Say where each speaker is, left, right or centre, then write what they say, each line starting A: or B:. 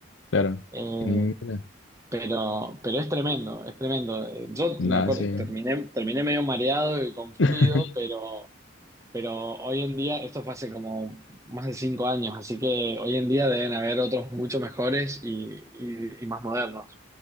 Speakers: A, on the left (about 70°); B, on the right (about 15°).
A: claro.
B: Eh,
A: Mira.
B: pero, pero es tremendo, es tremendo. Eh, Yo
A: Nada,
B: me acuerdo,
A: sí.
B: terminé, terminé medio mareado y confundido,
A: <laughs>
B: pero, pero hoy en día, esto fue hace como más de cinco años, así que hoy en día deben haber otros mucho mejores y, y- y más modernos.